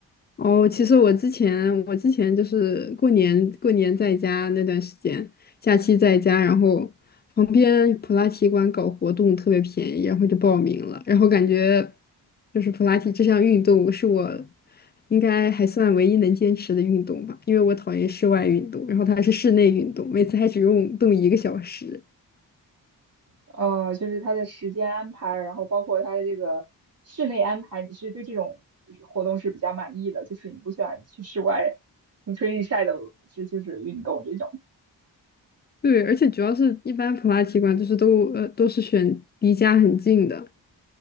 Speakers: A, on the left; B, on the right.
A: 哦，其实我之前我之前就是过年过年在家那段时间，假期在家，然后旁边普拉提馆搞活动特别便宜，然后就报名了，然后感觉就是普拉提这项运动是我应该还算唯一能坚持的运动吧，因为我讨厌室外运动，然后它是室内运动，每次还只用动一个小时。
B: 哦，就是它的时间安排，然后包括它的这个室内安排，你是对这种活动是比较满意的，就是你不喜欢去室外风吹日晒的，这就是运动这种。
A: 对，而且主要是一般普拉提馆就是都呃都是选离家很近的，